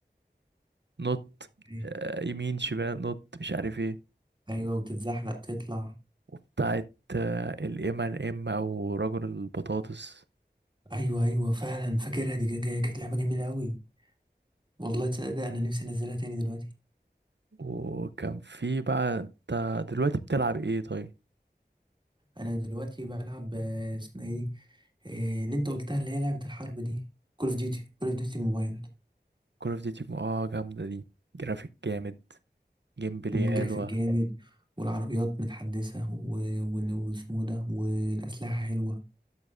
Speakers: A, on the right (about 85°); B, on the right (about 25°).
A: نط
B: إيه؟
A: آه، يمين شمال نط مش عارف ايه
B: أيوة وتتزحلق تطلع
A: وبتاعت آه، الام ان ام او رجل البطاطس
B: أيوة أيوة فعلا فاكرها دي كانت كانت لعبة جميلة أوي والله تصدق ده أنا نفسي أنزلها تاني دلوقتي
A: وكان في بقى انت دلوقتي بتلعب ايه طيب
B: أنا دلوقتي بلعب آه، اسمها إيه دي؟ آه، اللي أنت قلتها اللي هي لعبة الحرب دي كول أوف ديوتي كول أوف ديوتي موبايل
A: كول اوف ديوتي اه جامدة دي جرافيك جامد جيم بلاي
B: مم،
A: حلوة
B: جرافيك جامد والعربيات متحدثة و- و- واسمه ده والأسلحة حلوة